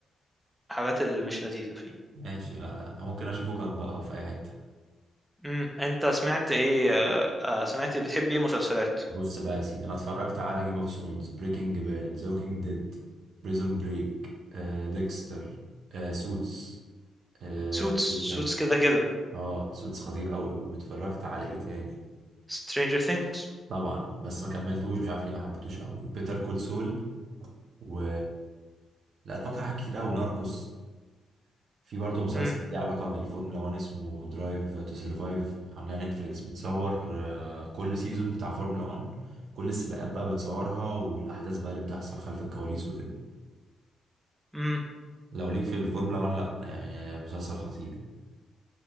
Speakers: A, in the centre; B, on the right.
A: الحاجات اللي مش لذيذة فيه
B: ماشي لا لا ممكن اشوفه قط بقى في اي حته
A: امم انت سمعت ايه آه، آه، سمعت إيه؟ بتحب ايه مسلسلات
B: بص بقى يا سيدي انا اتفرجت على جيم اوف ثرونز بريكنج باد ذا ووكينج ديد بريزون بريك ديكستر سوتس ايه
A: سوتس
B: تاني،
A: سوتس كده كده
B: اه سوتس خطير قوي واتفرجت على ايه تاني
A: Stranger Things
B: طبعا بس ما كملتوش مش عارف ليه ما حبيتوش قوي بيتر كول سول و لا اتفرجت على حاجات كتير قوي ناركوس في برضه مسلسل
A: امم
B: ليه علاقة بالفورمولا 1 اسمه درايف تو سرفايف عاملاه نتفليكس بتصور آه، كل سيزون بتاع فورمولا 1 كل السباقات بقى بتصورها والاحداث بقى اللي بتحصل خلف الكواليس وكده
A: امم
B: لو ليك في الفورمولا 1 لا يعني مسلسل خطير